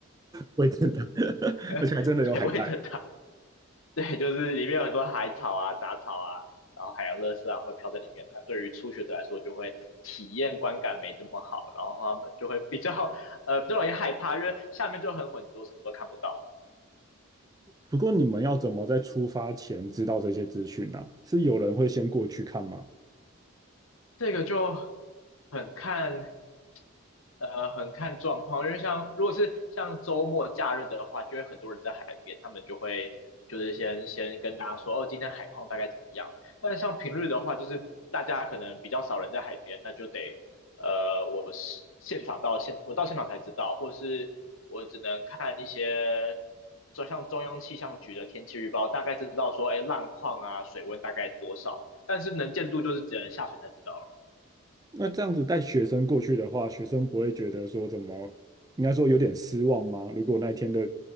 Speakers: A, on the right; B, on the left.
A: 会真的，<laughs>
B: <laughs>
A: 而且还真的有海带。
B: 对，味噌汤。对，就是里面有很多海草啊、杂草啊，然后海洋垃圾啊会飘在里面。那对于初学者来说，就会体验观感没这么好，然后他们就会比较呃比较容易害怕，因为下面就很浑浊，什么都看不到。
A: 不过你们要怎么在出发前知道这些资讯呢、啊是有人会先过去看吗？
B: 这个就很看呃很看状况，因为像如果是像周末假日的话，就会很多人在海边，他们就会就是先先跟大家说哦，今天海况大概怎么样。但是像平日的话，就是大家可能比较少人在海边，那就得呃我是现场到现我到现场才知道，或是我只能看一些。就像中央气象局的天气预报，大概知道说，哎，浪况啊，水温大概多少，但是能见度就是只能下水才知道了。
A: 那这样子带学生过去的话，学生不会觉得说怎么，应该说有点失望吗？如果那一天的